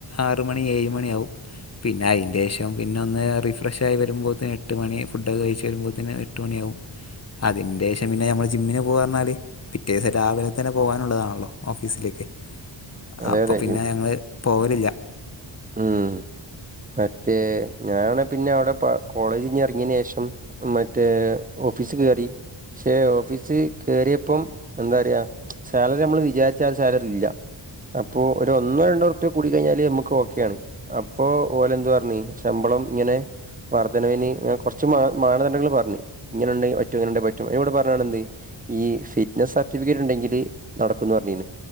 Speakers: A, on the left (about 30°); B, on the right (about 15°).
A: ആറ്മണി ഏഴ് മണിയാവും. പിന്ന അയിൻന്റെഷം പിന്നൊന്ന് റിഫ്രഷായി വരുമ്പോതിന് എട്ട് മണി ഫുഡൊക്കെ കഴിച്ച് വരുമ്പോത്തിന് എട്ട് മണിയാവും. അതിന്റെഷം പിന്നെ ഞങ്ങള് ജിമ്മിന് പോവാ പറഞ്ഞാല്. പിറ്റേസം രാവിലതന്നെ പോവാനുള്ളതാണല്ലോ ഓഫീസിലേക്ക്.
B: അതെ
A: അപ്പൊ
B: അതെ
A: പിന്നെ ഞങ്ങള് പോവലില്ല.
B: ഇമ് മറ്റേ ഞാനാണ് പിന്നെ അവടെ കോളേജിന്ന്റങ്ങിനേഷം. മറ്റേ ഓഫീസി കേറി ഷെ ഓഫീസി കേറിയപ്പം. ന്താർയാ സാലറി മ്മള് വിചാരിച്ചാസാലറില്ല. അപ്പൊ ഒരു ഒന്നോ രണ്ടോർപ്യ കൂടി കഴിഞ്ഞാല് നമുക്ക് ഒ. ക്ക്യാണ് അപ്പോ ഓലെ എന്ത്റഞ്ഞ് ശമ്പളം ഇങ്ങനെ. വർദ്ധനവിന് ന കൊർച്ച് മാന മാനദണ്ഡങ്ങൾ പർഞ്ഞ് ഇങ്ങന് ണ്ടെ പറ്റു ഇങ്ങനെണ്ടെ പറ്റുന്നാണ്ട് പറഞ്ഞാെന്റന്തേയ്. ഈ ഫിറ്റ്നസ്സ് സർട്ടിഫിക്കറ്റ് ഇണ്ടെങ്കില് നടക്കുന്ന് പറഞ്ഞിൻ.